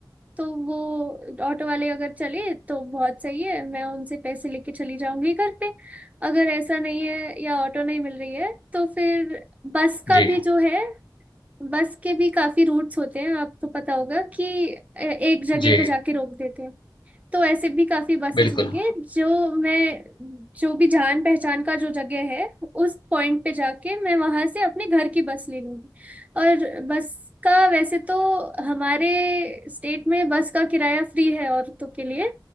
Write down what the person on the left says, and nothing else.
जी,
जी,
बिल्कुल।